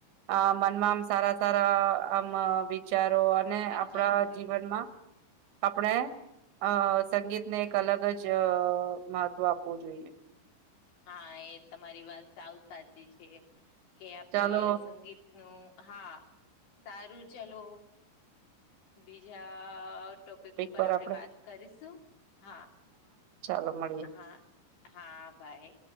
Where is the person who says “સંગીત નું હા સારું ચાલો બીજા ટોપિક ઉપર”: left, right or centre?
Left